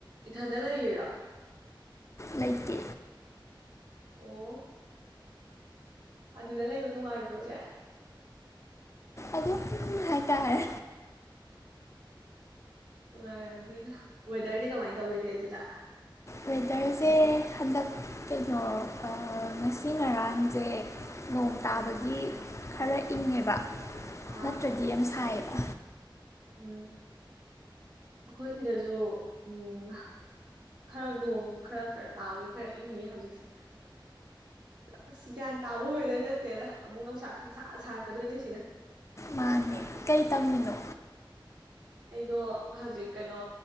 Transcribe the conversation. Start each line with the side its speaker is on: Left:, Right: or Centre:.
Right: ꯏꯊꯟꯗ ꯂꯩꯔꯤꯔꯣ
Left: ꯂꯩꯇꯦ
Right: ꯑꯣꯑꯣ ꯑꯗꯨꯗ ꯂꯩꯕ ꯅꯨꯡꯉꯥꯏꯕ꯭ꯔꯣ ꯆꯦ
Left: ꯑꯗꯨꯝ ꯍꯥꯏꯇꯥꯔꯦ
Right: ꯅꯨꯉꯥꯢꯔꯝꯅꯤꯗ ꯋꯦꯗ꯭ꯔꯗꯤ ꯀꯃꯥꯏꯅ ꯇꯧꯒꯦ ꯆꯦ ꯑꯗꯨꯗ
Left: ꯋꯦꯗ꯭ꯔꯖꯦ ꯍꯟꯗꯛ ꯀꯩꯅꯣ ꯑꯥ ꯑꯥ ꯉꯁꯤ ꯉꯔꯥꯡꯖꯦ ꯅꯣꯡ ꯇꯥꯕꯒꯤ ꯈꯔ ꯏꯪꯉꯦꯕ
Right: ꯑꯥ
Left: ꯅꯠꯇ꯭ꯔꯗꯤ ꯌꯥꯝ ꯁꯥꯏꯌꯦꯕ
Right: ꯎꯝ ꯑꯈꯣꯏ ꯁꯤꯗꯖꯨ ꯎꯝ ꯈꯔ ꯅꯣꯡ ꯈꯔ ꯈꯔ ꯇꯥꯕ ꯈꯔ ꯏꯪꯉꯤ ꯍꯧꯖꯤꯛꯁꯦ ꯑꯁ ꯒ꯭ꯌꯥꯟ ꯇꯥꯕ ꯋꯦꯗ꯭ꯔ ꯅꯠꯇꯦꯗ ꯑꯃꯨꯛ ꯅꯨꯡꯁꯥ ꯈꯪꯁꯥ ꯁꯥꯔꯛꯀꯗꯣꯏꯅꯦ ꯑꯁꯤꯅ
Left: ꯃꯥꯅꯤ ꯀꯩ ꯇꯝꯃꯤꯅꯣ
Right: ꯑꯩꯗꯣ ꯍꯧꯖꯤꯛ ꯀꯩꯅꯣ